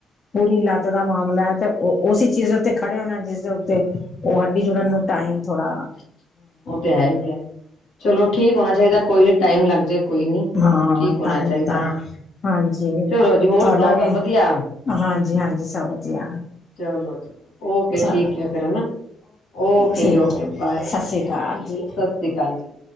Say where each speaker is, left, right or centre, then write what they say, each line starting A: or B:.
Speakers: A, on the left; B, on the left.
A: ਪੂਰੀ ਲ ਦਾ ਮਾਮਲਾ ਹੈ ਤੇ ਉਹ ਉਸੇ ਚੀਜ਼ ਦੇ ਉੱਤੇ ਖੜੇ ਹੋਣਾ ਜਿਸਦੇ ਉੱਤੇ ਉਹ ਹੱਡੀ ਜੁੜਨ ਨੂੰ ਟਾਈਮ ਥੋੜ੍ਹਾ
B: ਉਹ ਤੇ ਹੈ ਹੀ ਹੈ ਚਲੋ ਠੀਕ ਹੋਣਾ ਚਾਹੀਦਾ ਕੋਈ ਨੀ ਟਾਈਮ ਲੱਗ ਜੇ ਕੋਈ ਨੀ
A: ਹਾਂ
B: ਠੀਕ ਹੋਣਾ
A: ਤਾਂ
B: ਚਾਈਦਾ,
A: ਹੀ ਤਾ ਹਾਂਜੀ ਤੁਹਾਡਾ
B: ਚਲੋ ਜੀ ਹੋਰ ਸੁਣਾਓ
A: ਵੀ
B: ਸਭ ਵਧੀਆ?
A: ਹਾਂਜੀ ਹਾਂਜੀ ਸਭ ਵਧੀਆ
B: ਚਲੋ ਜੀ ਓਕੇ
A: ਚਲੋ
B: ਠੀਕ ਹੈ ਫੇਰ ਹਨਾ ਓਕੇ
A: ਠੀਕ
B: ਜੀ ਓਕੇ ਬਾਏ
A: ਸਤਿ
B: ਬਾਏ
A: ਸ੍ਰੀ ਅਕਾਲ ਜੀ
B: ਸਤਿ ਸ਼੍ਰੀ ਅਕਾਲ ਜੀ।